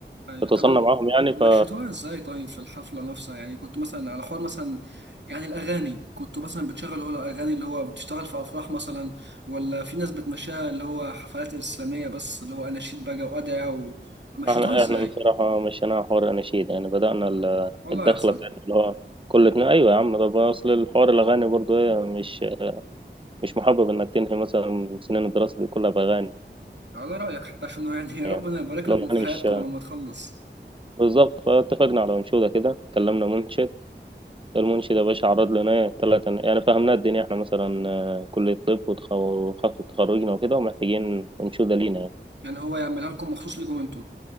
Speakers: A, on the right; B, on the right.
A: أيوة.
B: اتواصلنا
A: طب
B: معاهم يعني
A: مشيتوها
B: ف
A: ازاي طيب في الحفلة نفسها يعني كنت مثلا على حوار مثلا يعني الأغاني كنت مثلا بتشغل هو الأغاني اللي هو بتشتغل في أفراح مثلا ولا في ناس بتمشيها اللي هو حفلات إسلامية بس اللي هو أناشيد بقى وأدعية ومشيتوها
B: احنا
A: ازاي
B: احنا بصراحة مشيناها حوار أناشيد يعني بدأنا ال-
A: والله
B: الدخلة
A: أحسن
B: بتاعتنا اللي هو كل اتنين أيوة يا عم طب أصل الحوار الأغاني برضو إيه مش مش محبب إنك تنهي مثلا سنين الدراسة دي كلها بأغاني
A: على رأيك حتى عشان يعني
B: يعني
A: <laughs> ربنا يبارك
B: لو
A: لكم
B: يعني
A: في حياتكم
B: مش
A: لما تخلص
B: بالظبط فاتفقنا على أنشودة كده كلمنا منشد المنشد يا باشا عرض لنا إيه تلاتة يعني فهمنا الدنيا إحنا مثلا آه، كلية طب وتخ- وحفلة تخرجنا وكده ومحتاجين أنشودة لينا يعني
A: يعني هو يعملها لكم مخصوص لكم انتوا